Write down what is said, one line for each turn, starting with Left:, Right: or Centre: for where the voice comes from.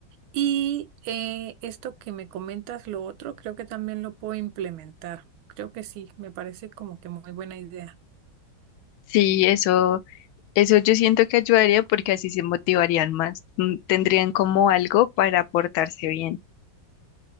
Right: Y eh, esto que me comentas, lo otro, creo que también lo puedo implementar. Creo que sí, me parece como que muy buena idea.
Left: Sí, eso, eso yo siento que ayudaría porque así se motivarían más, mm, tendrían como algo para portarse bien.